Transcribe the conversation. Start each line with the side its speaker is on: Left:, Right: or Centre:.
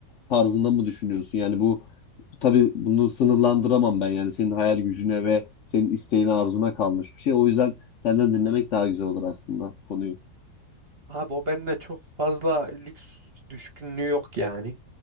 Left: tarzında mı düşünüyorsun? Yani bu tabii bunu sınırlandıramam ben. Yani senin hayal gücüne ve senin isteğine, arzuna kalmış bir şey. O yüzden senden dinlemek daha güzel olur aslında konuyu.
Right: abi o bende çok fazla lüks düşkünlüğü yok yani